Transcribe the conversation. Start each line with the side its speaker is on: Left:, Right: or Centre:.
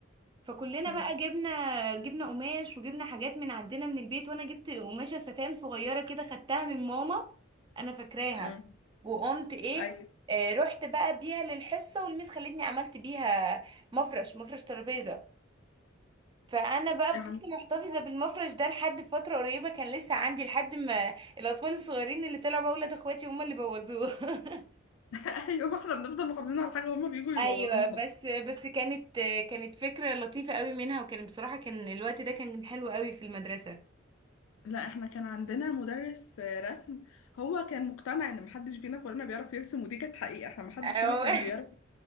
Right: فكلنا
Left: امم
Right: بقى جبنا جبنا قماش وجبنا حاجات من عندنا من البيت وانا جبت قماشه ستان صغيره كده خدتها من ماما انا فاكراها
Left: امم
Right: وقمت ايه
Left: ايوه
Right: آه رحت بقى بيها للحصه والميس خلتني عملت بيها مفرش مفرش ترابيزه فانا بقى
Left: يعني-
Right: فضلت محتفظه بالمفرش ده لحد فتره قريبه كان لسه عندي لحد ما الاطفال الصغيرين اللي طلعوا بقى ولاد اخواتي هم اللي بوظوه <laughs>
Left: <laughs> ايوه احنا بنفضل محافظين على حاجه وهما بيجوا يبوظوها
Right: ايوه بس بس كانت كانت فكره لطيفه قوي منها وكان بصراحه كان الوقت ده كان حلو قوي في المدرسه
Left: لا احنا كان عندنا مدرس آه، رسم هو كان مقتنع ان محدش فينا كلنا بيعرف يرسم ودي كانت حقيقة احنا محدش
Right: أو
Left: فينا كان
Right: <laughs>
Left: بيعرف